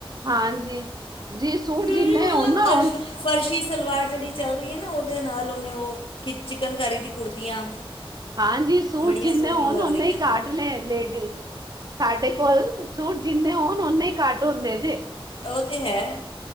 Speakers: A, on the right; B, on the left.
A: ਹਾਂਜੀ ਜੀ ਸੂਟ
B: ਫ ਮਤਲਬ
A: ਜਿੰਨੇ ਹੋਣ ਨਾ
B: ਅਰਸ਼
A: ਹੋਣ
B: ਫਰਸ਼ੀ ਸਲਵਾਰ ਜਿਹੜੀ ਚੱਲ ਰਹੀ ਹੈ ਨਾ ਉਹਦੇ ਨਾਲ ਉਹਨੇ ਉਹ ਕਿ ਚਿਕਨਕਾਰੀ ਦੀ ਕੁੜਤੀਆਂ
A: ਹਾਂਜੀ ਸੂਟ
B: ਬੜੀਆਂ
A: ਜਿੰਨੇ
B: ਸੋਹਣੀਆਂ
A: ਹੋਣ
B: ਲੱਗ
A: ਓਨੇ
B: ਰਹੀਆਂ
A: ਹੀ
B: ਨੇ
A: ਘਾਟਣੇ ਲੇਡੀ ਸਾਡੇ ਕੋਲ ਸੂਟ ਜਿੰਨੇ ਹੋਣ ਓਹਨੇ ਹੀ ਘੱਟ ਹੁੰਦੇ ਜੇ
B: ਉਹ ਤੇ ਹੈ